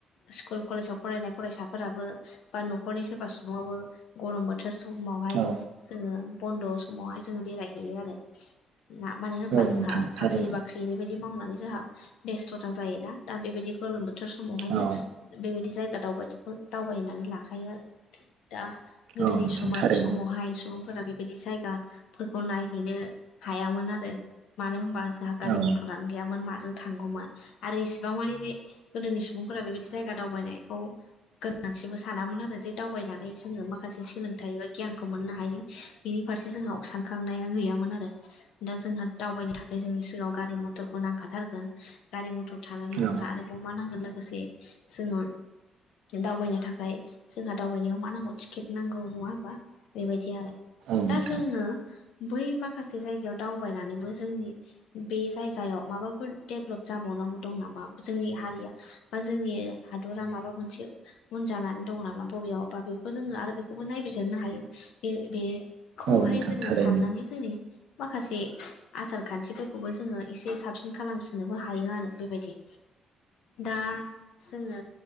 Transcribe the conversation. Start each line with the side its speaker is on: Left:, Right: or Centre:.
Left: स्कुल कलेजाव फरायनाय फरायसाफोराबो बा न'खरनि सोरबा सुबुफोराबो गरम बोथोर समावहाय
Right: औ
Left: जोङो बन्द' समावहाय जोङो बेरायहैयो आरो ना मानो होनबा
Right: औ नोंथां
Left: जोंहा साख्रि
Right: थारैनो
Left: बाख्रि बेबायदि मावनानै जोंहा बेस्थ'था जायोना दा बेबायदि गोलोम बोथोर समावहायनो
Right: औ
Left: बेबायदि जायगा दावबायनायखौ दावबायनानै लाखायो आरो दा गोदोनि
Right: औ नोंथां
Left: सम
Right: थारैनो
Left: समावहाय सुबुंफोरा फोर बेबायदि जायगाफोरखौ नायहैनो हायामोन आरो मानो होनबा जोंहा गारि
Right: औ
Left: मथरानो गैामोन माजों थांगौमोन आरो इसेबां मानि बे गोदोनि सुबुंफोरा बेबायदि जायगा दावबायनायखौ गोनांथिबो सानामोन आरो जे दावबायनानै जोङो माखासे सोलोंथाइ एबा गियानखौ मोननो हायो। बिनि फारसे जोंहा सानखांनाया गैयामोन आरो दा जोंहा दावबायनो थाखाय जोंनि सिगाङाव गारि मथर मथरखौ नांखाथारगोन गारि मथर थानानै
Right: औ
Left: जोंहा आरोबाव मा नांगोन लोगोसे जोङो दावबायनो थाखाय जोंहा दावबायनायाव मा नांगौ टिकेट नांगौ नङा हबा बेबायदि आरो
Right: नोंथां
Left: दा जोंङो बै माखासे जायगायाव दावबायनानैबो जोंनि बे जायगायाव माबाफोर डेभलप जाबावनांगौ दं नामा जोंनि हारिया बा जोंनि हादरा माबा मोनसे उन जानानै दं नामा बबेयाव बा बेखौ जोङो आरो बेखौबो नायबिजिरनो हायो बे बेखौहाय
Right: औ नोंथां
Left: जोङो
Right: थारैनो
Left: साननानै जोंनि माखासे आसार खान्थिफोरखौबो जोङो एसे साबसिन खालामसिननोबो हायो आरो बेबायदि दा जोङो